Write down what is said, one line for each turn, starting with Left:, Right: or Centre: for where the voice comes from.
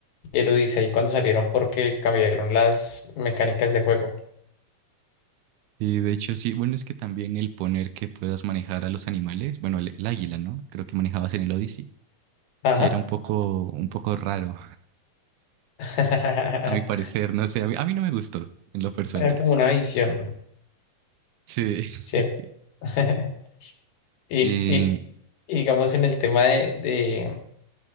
Left: y el Odyssey cuando salieron porque cambiaron las mecánicas de juego.
Right: Y de hecho sí, bueno, es que también el poner que puedas manejar a los animales, bueno, el, el águila, ¿no? Creo que manejabas en el Odyssey,
Left: Ajá.
Right: sí era un poco, un poco raro,
Left: <laughs>
Right: a mi parecer, no sé, a mí, a mí no me gustó en lo personal.
Left: Era como una visión,
Right: Sí. <laughs>
Left: ¿cierto? <laughs> Y,
Right: Eh,
Left: y, y digamos en el tema de, De,